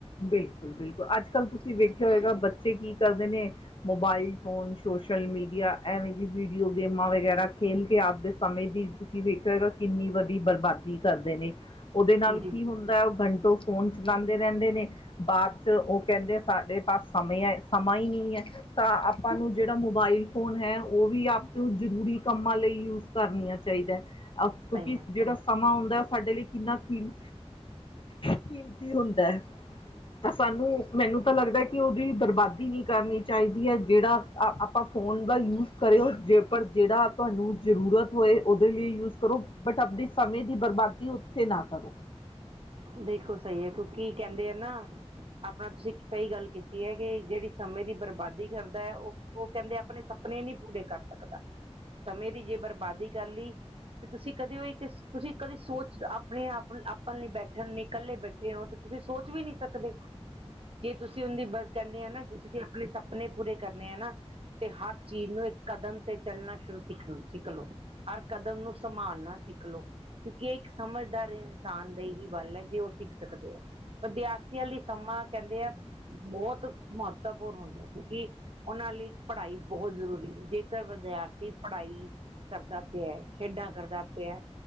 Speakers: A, on the left; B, on the right.
A: ਬਿਲਕੁਲ- ਬਿਲਕੁਲ। ਅਜ -ਕਲ ਤੁਸੀ ਵੇਖਯਾ ਹੋਏਗਾ ਬੱਚੇ ਕੀ ਕਰਦੇ ਨੇ ਮੋਬਾਈਲ ਫੋਨ ਚ ਸੋਸ਼ਲ ਮੀਡੀਆ ਐਵੇਂ ਦੀ ਵੀਡੀਓ ਗੇਮਾਂ ਵਗੈਰਾ ਖੇਲ ਕੇ ਆਪਦੇ ਸਮੇਂ ਦੀ ਤੁਸੀ ਵੇਖਿਆ ਹੋਏਗਾ ਕਿੰਨੀ ਵਧੀ ਬਰਬਾਦੀ ਕਰਦੇ ਨੇ, ਉਦੇ ਨਾਲ
B: ਜੀ ਜੀ ਜੀ
A: ਕੀ ਹੁੰਦੈ ਉਹ ਘੰਟੋ ਫੋਨ ਚਲਾਂਦੇ ਰਹੰਦੇ ਨੇ ਬਾਦ ਚ ਉਹ ਕਹੰਦੇ ਸਾਡੇ ਤਾਂ ਸਮੇਂ ਐ, ਸਮਾਂ ਈ ਨੀ ਐ, ਤਾਂ ਆਪਾਂ ਨੂੰ ਜੇੜਾ ਮੋਬਾਈਲ ਫੋਨ ਹੈ ਉਹ ਵੀ ਆਪ ਨੂੰ ਜਰੂਰੀ ਕੰਮਾਂ ਲਈ ਯੂਜ ਕਰਨੀਆਂ ਚਾਈਦੈ। ਅ ਕਿਯੂੰ
B: ਸਹੀ
A: ਕਿ
B: ਗੱਲ
A: ਜੇੜਾ ਸਮਾਂ ਅਉਂਦਾ ਸਾਡੇ ਲਈ ਕਿੰਨਾ ਕੀਮ ਕੀਮਤੀ ਹੁੰਦੈ। ਐ ਸਾਨੂੰ ਮੈਨੂੰ ਤਾਂ ਲੱਗਦੈ ਕਿ ਔਦੀ ਬਰਬਾਦੀ ਨੀਂ ਕਰਨੀ ਚਾਹੀਦੀ ਏ ਜੇੜਾ ਆਪਾਂ ਫੋਨ ਦਾ ਯੂਜ਼ ਕਰਓ ਜੇ ਪਰ ਜੇੜਾ ਤੁਹਾਨੂੰ ਜਰੂਰਤ ਹੋਏ ਉਦੇ ਲਈ ਯੂਜ ਕਰੋ ਬਟ ਆਪਣੀ ਸਮੇਂ ਦੀ ਬਰਬਾਦੀ ਹੂੰ ਉਥੇ ਨਾ ਕਰੋ।
B: ਦੇਖੋ ਸਹੀ ਏ ਕਿਉਂਕਿ ਕਹਿੰਦੇ ਐ ਨਾ ਆਪਣਾ ਤੁਸੀ ਸਹੀ ਗੱਲ ਕੀ ਕਿ ਹੈ ਕੇ ਨੇ ੜੀ ਸਮੇਂ ਦੀ ਬਰਬਾਦੀ ਕਰਦਾ ਐ ਉਹ- ਉਹ ਕਹਿੰਦੇ ਆਪਣੇ ਸਪਨੇ ਨੀ ਪੂਰੇ ਕਰ ਸਕਦਾ। ਸਮੇਂ ਦੀ ਜੇ ਬਰਬਾਦੀ ਕਰ ਲਈ, ਤੇ ਤੁਸੀਂ ਕਦੇ ਈਓ ਕਿਸ, ਤੁਸੀਂ ਕਦੀ ਸੋਚ ਆਪਣੇ ਆਪ ਆਪਾਂ ਲਈ ਬੈਠਣ ਨੇ ਇਕੱਲੇ ਬੈਠੇ ਹੋ ਤੇ ਤੁਸੀਂ ਸੋਚ ਸੋਚ ਵੀ ਨਹੀਂ ਸਕਦੇ, ਜੇ ਤੁਸੀਂ ਉਹਨੇ ਬੜ ਕਹਿੰਦੇ ਆ ਨਾ ਜੇ ਤੁਸੀਂ ਆਪਣੇ ਸਪਨੇ ਪੂਰੇ ਕਰਨੇ ਐ ਨਾ ਤੇ ਹੱਦ ਚੀਜ਼ ਨੂੰ ਇੱਕ ਕਦਮ ਤੇ ਚੱਲਣਾ ਸ਼ੁਰੂ ਸਿੱਖਨ-ਸਿੱਖਲੋ ਹਰ ਕਦਮ ਨੂੰ ਸੰਭਾਲਣਾ ਸਿੱਖ ਲਓ, ਕਿਉਂਕਿ ਇਹ ਇੱਕ ਸਮਝਦਾਰ ਇਨਸਾਨ ਦੇ ਹੀ ਵੱਲ ਐ ਜੇ ਉਹ ਸਿੱਖ ਸਕਦੇ ਐ। ਵਿਦਿਆਰਥੀਆਂ ਲਈ ਸਮਾਂ ਕੈਹ ਦੇ ਆ ਬਹੁਤ ਮਹੱਤਵਪੂਰਨ ਹੁੰਦਾ ਕਿਉਂਕਿ ਉਹਨਾਂ ਲਈ ਪੜ੍ਹਾਈ ਬਹੋਤ ਜ਼ਰੂਰੀ ਹੁਨ ਜੇ ਕਰਦਾ ਵਿਦਿਆਰਥੀ ਪੜ੍ਹਾਈ ਕਰਦਾ ਪਿਆ ਖੇਡਾਂ ਕਰਦਾ ਪਿਆ